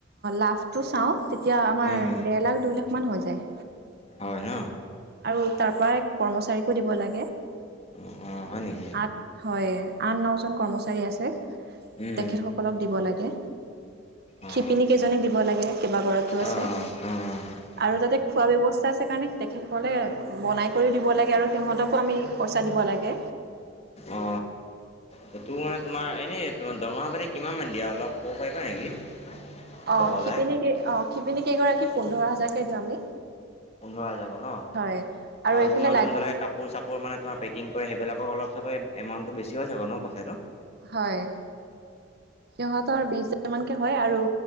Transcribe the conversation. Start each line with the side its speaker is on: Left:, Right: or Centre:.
Right: লাভটো চাওঁ তেতিয়া আমাৰ
Left: উম উম
Right: দেৰ লাখ, দুই লাখ মান হৈ যায়।
Left: হয় ন?
Right: আৰু তাৰ পৰা কৰ্মচাৰীকো দিব লাগে।
Left: অ অ হয় নেকি
Right: আগ হয়, আন ন জন কৰ্মচাৰী আছে। তেখেত
Left: উম
Right: সকল সকলক দিব লাগে।
Left: উম অ
Right: শিপিনী কেইজনীক দিব লাগে, কেইবাগৰাকীও আছে।
Left: অ অ অ
Right: আৰু তাতে খোৱা ব্যৱস্থা আছে কাৰণে তেখেত, ক'লে বনাই কৰিও দিব লাগে আৰু সিহঁতকো আমি পইচা দিব লাগে।
Left: অ, সেইটো মানে তোমাৰ এনেই তোমাৰ দৰমহা পাতি কিমান মান দিয়ে? অলপ ক'ব পাৰিবা নেকি?
Right: অ,
Left: বহলাই?
Right: শিপিনী কেই অ, শিপিনী কেইগৰাকীক পোন্ধৰ হাজাৰকে দিওঁ আমি।
Left: পোন্ধৰ হাজাৰ কে ন'
Right: হয়
Left: আৰু
Right: এইফালে
Left: তোমাৰ
Right: লাগ
Left: যোনবিলাকে কাপোৰ-চাপোৰ মানে ত পেকিং কৰে সেইবিলাকক অলপ চব এমাউণ্টটো বেছি হৈ যাব ন' পইচাটো?
Right: হয়, সিহঁতৰ বিশ হাজাৰ মানকে হয় আৰু।